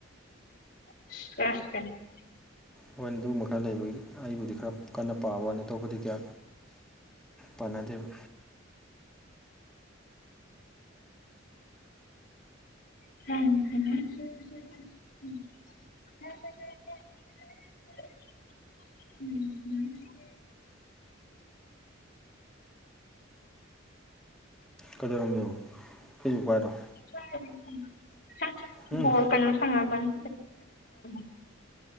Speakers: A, on the left; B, in the centre.
A: <unintelligible>
B: ꯍꯣꯏ ꯑꯗꯨꯒꯨꯝꯕ ꯈꯔ ꯂꯩꯕꯒꯤ ꯑꯩꯕꯨꯗꯤ ꯈꯔ ꯀꯟꯅ ꯄꯥꯕ ꯋꯥꯅꯤ ꯑꯇꯣꯞꯄꯗꯤ ꯀꯌꯥ ꯄꯥꯅꯗꯦꯕ
A: <inaudible> <inaudible>
B: ꯀꯩꯗꯧꯔꯝꯃꯤꯅꯣ ꯐꯦꯁꯕꯨꯛ ꯄꯥꯏꯔꯣ
A: <inaudible>
B: ꯎꯝ
A: ꯕꯣꯜ ꯀꯩꯅꯣ ꯁꯅꯔꯝꯕꯅꯤ <unintelligible>